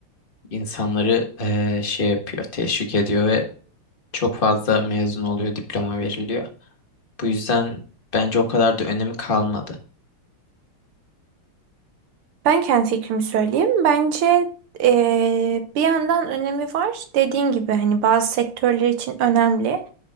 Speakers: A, on the left; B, on the right.
A: insanları eee, şey yapıyor, teşvik ediyor ve çok fazla mezun oluyor, diploma veriliyor. Bu yüzden bence o kadar da önemi kalmadı.
B: Ben kendi fikrimi söyleyeyim. Bence eee, bir yandan önemi var. Dediğin gibi hani bazı sektörler için önemli.